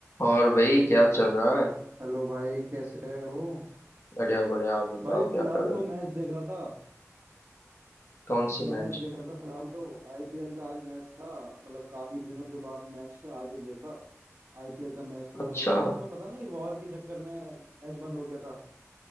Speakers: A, on the left (about 55°); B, on the right (about 50°).
A: और भाई क्या चल रहा है
B: Hello भाई कैसे हो
A: बढ़िया बढ़िया आप बताओ
B: भाई
A: क्या
B: फिलहाल
A: कर रहे हो
B: तो मैच देख रहा था
A: कौन सी
B: मैच
A: मैच
B: देख रहा था फिलहाल तो आईपीएल का आज मैच था मतलब काफी दिनों के बाद मैच आज देखा आईपीएल का मैच तो बंद
A: अच्छा
B: हो गया था तुम्हें पता नहीं वॉर के चक्कर में मैच बंद हो गया था